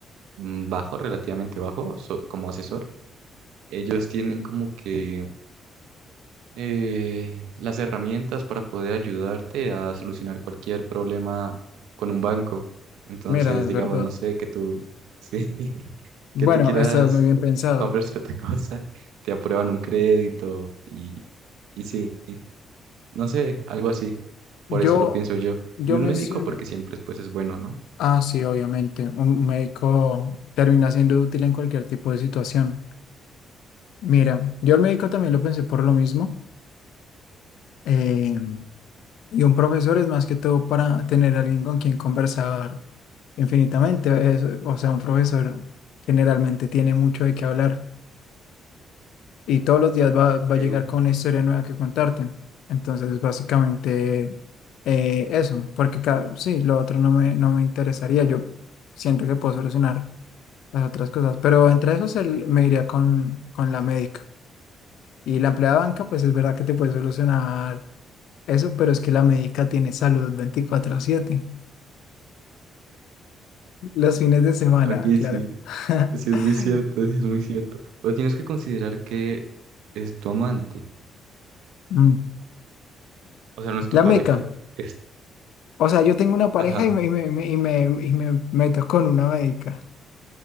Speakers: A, on the right (about 85°); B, on the left (about 80°).
A: mm, bajo, relativamente bajo, so- como asesor, ellos tienen como que eh, las herramientas para poder ayudarte a solucionar cualquier problema con un banco. Entonces,
B: mira, es
A: digamos,
B: verdad.
A: no sé, que tú, <laughs> sí, <laughs>
B: Bueno,
A: que tú quieras
B: estás muy bien pensado.
A: comprar <laughs> cierta cosa, te aprueban un crédito y, y sí. No sé, algo así.
B: Yo,
A: Por eso lo pienso yo.
B: yo
A: Y un
B: mencioné...
A: médico porque siempre pues es bueno, ¿no?
B: Ah, sí, obviamente, un médico termina siendo útil en cualquier tipo de situación. Mira, yo el médico también lo pensé por lo mismo. eh, Y un profesor es más que todo para tener alguien con quien conversar infinitamente. es- o sea, un profesor generalmente tiene mucho de qué hablar y todos los días va, va a
A: Ok.
B: llegar con una historia nueva que contarte. Entonces, básicamente eh, eso, porque cada, sí, lo otro no me, no me interesaría. Yo siento que puedo solucionar las otras cosas, pero entre esos el- me iría con, con la médica. Y la empleada de banca, pues es verdad que te puede solucionar eso, pero es que la médica tiene salud veinticuatro siete Los fines de semana,
A: Ok,
B: claro.
A: sí,
B: <laughs>
A: sí es muy cierto, sí es muy cierto. Pero tienes que considerar que es tu amante,
B: Mm.
A: o sea, no es tu
B: La
A: pareja,
B: meca.
A: es,
B: O sea, yo tengo una pareja
A: ajá,
B: y me, y me, y me, y me, y me meto con una meca.